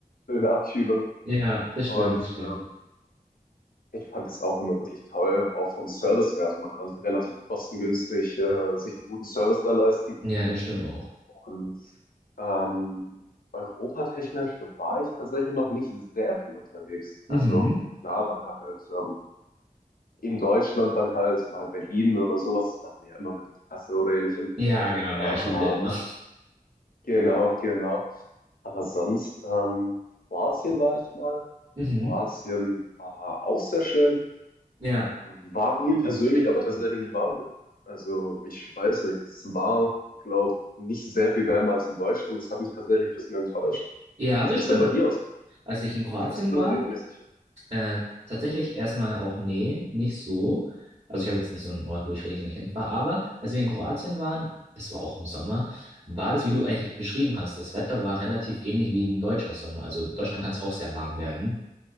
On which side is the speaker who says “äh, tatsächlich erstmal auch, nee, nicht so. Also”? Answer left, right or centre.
Right